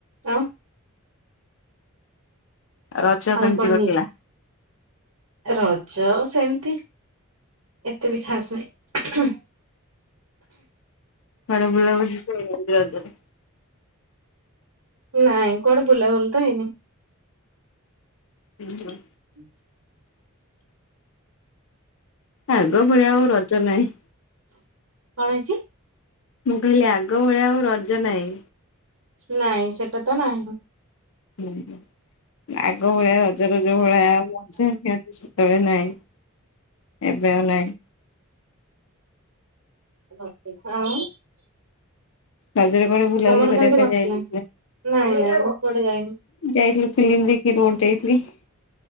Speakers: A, on the right; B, on the left.
A: ଆଉ?
B: ରଜ
A: ଆଉ
B: କେମିତି
A: କଣ
B: କଟିଲା?
A: ନି ରଜ ସେମିତି ଏତେ ବି ଖାସ ନାହିଁ,
B: କୁଆଡେ ବୁଲିବାକୁ ଯିବେ <unintelligible>
A: ନାଇଁ କଆଡେ ବୁଲାବୁଲି ତ ହେଇନି।
B: ହୁଁ,
A: <unintelligible>
B: ଆଗ ଭଳିଆ ଆଉ ରଜ ନାହିଁ।
A: କଣ ହେଇଛି?
B: ମୁଁ କହିଲି ଆଗ ଭଳିଆ ଆଉ ରଜ ନାହିଁ।
A: ନାଇଁ ସେଟା ତ ନାହିଁ,
B: ହୁଁ ଆଗ ଭଳିଆ ର ରଜରେ ଯୋଉ ଭଳିଆ ଆଉ <unintelligible> ନାହିଁ। ହ- ଏବେ ଆଉ ନାଇଁ,
A: କଣ ପିଠା ଆଉ?
B: ରଜରେ କୁଆଡେ ବୁଲାବୁଲି
A: ତମର
B: କରିବା
A: କେମିତି
B: ପାଇଁ
A: କଟିଲା?
B: ଯାଇନଥିଲେ
A: ନାଇଁ ନାଇଁ ମୁଁ କୁଆଡେ ଯାଇନି।
B: ଯାଇଥିଲୁ ଫିଲ୍ମ ଦେଖି <unintelligible> <inaudible>